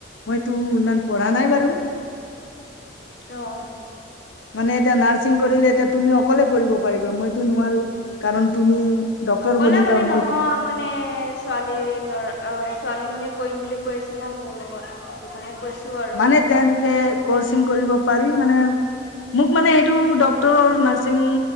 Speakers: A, on the left; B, on the left.
A: মইতো ইমান পঢ়া নাই বাৰু।
B: অ'।
A: মানে এতিয়া নাৰ্ছিং কৰিলে এতিয়া তুমি অকলে কৰিব পাৰিবা, মইতো নোৱাৰো কাৰণ তুমি ডক্তৰ
B: অকলে
A: বনিবা
B: মানে নহয়
A: মই
B: মানে ছোৱালী ল'ৰা অ' ছোৱালী মানে কৰিম বুলি কৈ আছে না মোৰ লগত সেইটো কাৰণে কৈছো আৰু।
A: মানে তেন্তে কৰ্চিং কৰিব পাৰি মানে মোক মানে সেইটো ডক্টৰ নাৰ্চিং